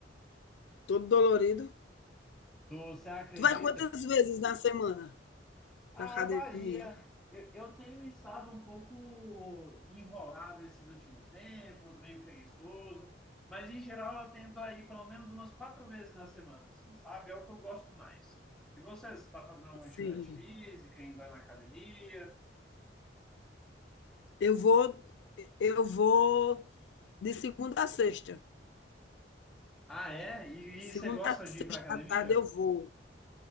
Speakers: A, on the left; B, in the centre.
A: todo dolorido.
B: Tu, você acredita?
A: Tu vai quantas vezes na semana
B: Ah,
A: pra academia?
B: varia. Eu, eu tenho estado um pouco enrolado esses últimos tempos, meio preguiçoso, mas em geral eu tento aí pelo menos umas quatro vezes na semana, assim, sabe? É o que eu gosto mais. E você, você está fazendo alguma
A: Sim.
B: atividade física, indo lá na academia?
A: Eu vou, eu vou de segunda a sexta.
B: Ah, é? E, e
A: Segunda
B: você gosta
A: a
B: de
A: sexta
B: ir para academia?
A: à tarde eu vou.